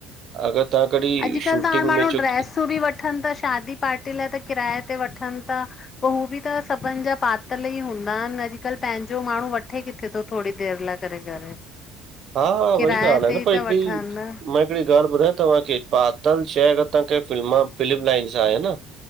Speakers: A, on the right; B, on the left.
A: अगरि तव्हां कॾहिं
B: अॼुकल्ह
A: शूटिंग
B: त हाणे माण्हू
A: में छो
B: ड्रेसूं
A: की
B: बि वठनि ता शादी पार्टी लाए त किराए ते वठनि ता। पो हू बि त सभिन जा पातल ई हूंदा आहिन, अॼुकल्ह पंहिंजो माण्हू वठे किथे थो। थोड़ी देर लाइ करे- करे।
A: हा- हा,
B: किराए
A: वई ॻाल्हि आहे
B: ते
A: न,
B: ई
A: पर
B: था
A: हिकिड़ी
B: वठनि
A: हिकड़ी ॻाल्हि ॿुधायां तव्हांखे, पातल शइ अगरि तांखे फ्म फिल्म लाइन सां आहे न